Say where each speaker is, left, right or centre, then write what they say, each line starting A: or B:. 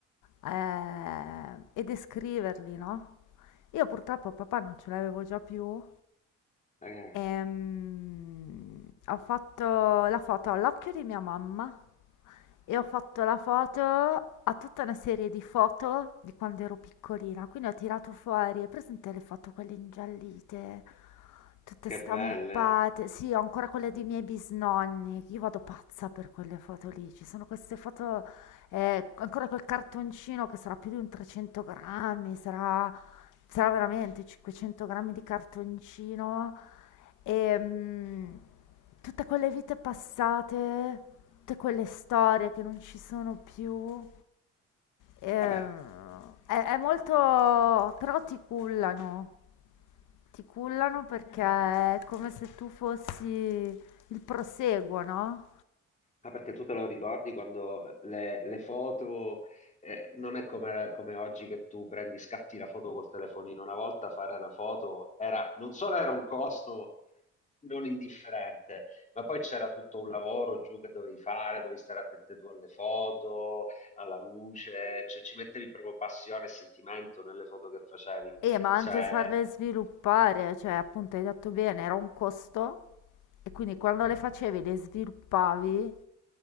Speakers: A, on the left; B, on the left.
A: eh, e descriverli, no? Io purtroppo papà non ce l'avevo già più
B: eh,
A: Ehm, ho fatto la foto all'occhio di mia mamma e ho fatto la foto a tutta una serie di foto di quando ero piccolina. Quindi ho tirato fuori, hai presente le foto quelle ingiallite, tutte
B: che
A: stampate?
B: belle.
A: Sì, ho ancora quelle dei miei bisnonni. Io vado pazza per quelle foto lì. Ci sono queste foto, eh, ancora quel cartoncino che sarà più di un 300 grammi, sarà, sarà veramente 500 grammi di cartoncino. Ehm, tutte quelle vite passate, tutte quelle storie che non ci sono più, ehm,
B: Vabbè,
A: è, è molto... però ti cullano, ti cullano perché è come se tu fossi il proseguo, no?
B: Ah, perché tu te lo ricordi quando le, le foto, eh, non è come, come oggi che tu prendi, scatti la foto col telefonino. Una volta fare una foto era, non solo era un costo non indifferente, ma poi c'era tutto un lavoro giù che dovevi fare, dovevi stare attento tu alle foto, alla luce, cioè ci mettevi proprio passione e sentimento nelle foto che facevi.
A: E ma anche
B: Cioè,
A: farle sviluppare, cioè appunto hai detto bene, era un costo e quindi quando le facevi, le sviluppavi,